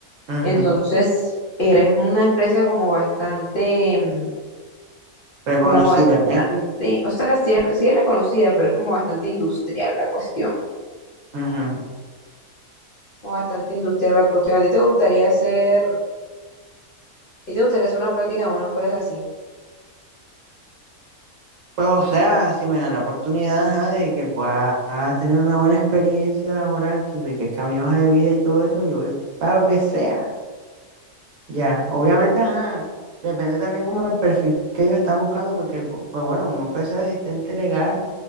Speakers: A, on the right (about 65°); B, on the left (about 70°).
A: ujú.
B: Entonces, eres una empresa como bastante, mm,
A: Reconocida,
B: como bastante,
A: ¿qué?
B: o sea, sí es, sí es reconocida, pero es como bastante industrial la cuestión.
A: Ujú.
B: Como bastante industrial la cuestión. ¿A ti te gustaría hacer, a ti te gustaría hacer una práctica en una empresa así?
A: Pues, o sea, si me dan la oportunidad, ajá, de que pueda tener una buena experiencia laboral, que enriquezca mi hoja de vida y todo eso, yo voy para lo que sea. Ya, obviamente, ajá, depende también como del perfil que ellos están buscando, porque, pu- pues bueno, uno puede ser asistente legal